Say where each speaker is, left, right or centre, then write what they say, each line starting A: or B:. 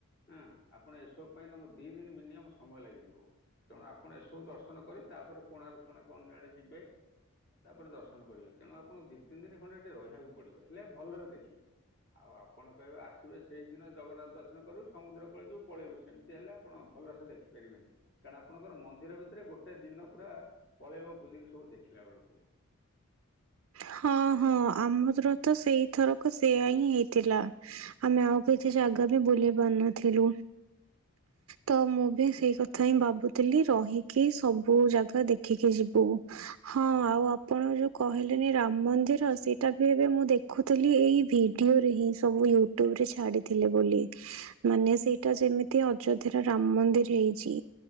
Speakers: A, on the left; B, on the right.
A: ହଁ ଆପଣ ଏସବୁ ପାଇଁ ତମ ଦି ଦିନ ମିନିମମ୍ ସମୟ ଲାଗିଯିବ। ତେଣୁ ଆପଣ ଏସବୁ ଦର୍ଶନ କରି ତାପରେ କୋଣାର୍କ ଫଣାର୍କ ଅନ୍ୟ ଆଡେ ଯିବେ ତାପରେ ଦର୍ଶନ କରିବେ ତେଣୁ ଆପଣ ଦି ତିନି ଦିନ ଖଣ୍ଡେ ଏଠି ରହିବାକୁ ପଡିବ ହେଲେ ଭଲରେ ଦେଖିବେ ଆଉ ଆପଣ କହିବେ ଆସିବେ, ସେଇଦିନ ଜଗନ୍ନାଥ ଦର୍ଶନ କରିବୁ ସମୁଦ୍ର କୂଳେ ଯିବୁ ପଳେଇବୁ ସେମିତି ହେଲେ ଆପଣ ଭଲସେ ଦେଖିପାରିବେନି କାରଣ ଆପଣଙ୍କର ମନ୍ଦିର ଭିତରେ ଗୋଟେ ଦିନ ପୁରା ପଳେଇବ ବୁଲିକି ସବୁ ଦେଖିଲା ବେଳକୁ।
B: ହଁ ହଁ ଆମରର ତ ସେଇଥରକ ସେୟା ହିଁ ହେଇଥିଲା ଆମେ ଆଉ କି ଜାଗା ବି ବୁଲି ପାରୁନଥିଲୁ! ତ ମୁଁ ବି ସେଇ କଥା ହିଁ ଭାବୁଥିଲି ରହିକି ସବୁ ଜାଗା ଦେଖିକି ଯିବୁ ହଁ ଆଉ ଆପଣ ଯୋଉ କହି ରାମ ମନ୍ଦିର ସେଇଟା ବି ଏବେ ମୁଁ ଦେଖୁଥିଲି, ଏଇ ଭିଡିଓରେ ହିଁ ସବୁ ୟୁଟ୍ୟୁବ ରେ ଛାଡି ଡି ଥିଲାବୋଲି। ମାନେ ସେଇଟା ଯେମିତି ଅଯୋଧ୍ୟାର ରାମ ମନ୍ଦିର ହେଇଛି